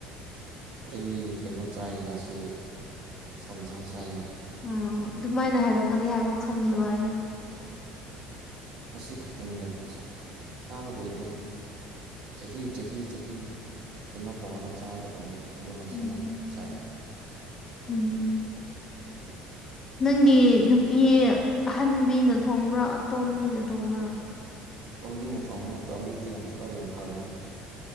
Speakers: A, on the right; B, on the left.
A: ꯑꯩ ꯀꯩꯅꯣ ꯆꯥꯏ ꯉꯁꯤ ꯁꯟꯁꯥ ꯆꯥꯏ
B: ꯑꯣ ꯑꯗꯨꯃꯥꯏꯅ ꯍꯥꯏꯔꯛꯀꯅꯤ ꯍꯥꯏꯕ ꯈꯪꯉꯦꯕ ꯑꯩ
A: ꯉꯁꯤ ꯈꯛꯇꯅꯤꯗ ꯑꯩꯈꯣꯏꯁꯨ ꯆꯥꯕ ꯀꯨꯏꯗꯔꯤ ꯆꯍꯤ ꯆꯍꯤ ꯆꯍꯤ ꯀꯩꯅꯣ ꯇꯧꯔꯒ ꯆꯥꯗꯕꯅꯦ ꯑꯗꯨ ꯉꯁꯤꯃꯛ
B: ꯎꯝ
A: ꯆꯥꯏꯑꯦ
B: ꯎꯝ ꯅꯪꯒꯤ ꯅꯨꯄꯤ ꯑꯍꯟꯕꯤꯅ ꯊꯣꯡꯕ꯭ꯔꯥ ꯑꯇꯣꯝꯕꯤꯅ ꯊꯣꯡꯕ꯭ꯔꯥ
A: ꯇꯣꯝꯕꯤꯅ ꯊꯣꯡꯕꯅ ꯇꯣꯝꯕꯤꯗꯤ ꯌꯥꯝ ꯊꯕꯛ ꯌꯥꯝ ꯐꯕꯅꯤ